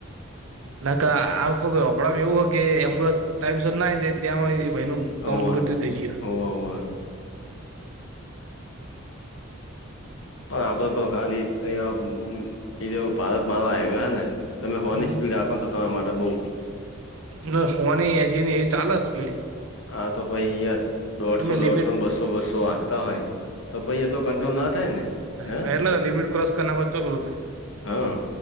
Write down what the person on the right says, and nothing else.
ના કા આવ કોઈ લફડા ને એવું હોય કે એમ્બ્યુલન્સ ટાઈમ સર નાે ત્યાં ભાઈ નું તોમ
મૃત્યુ થઇ જીવ.
હમ
ન હોની એસી ની એ ચાલે સ્પીડ.
તમે
લિમિટ
હ એટલે લિમિટ ક્રોસ કરના લા ચો થાય.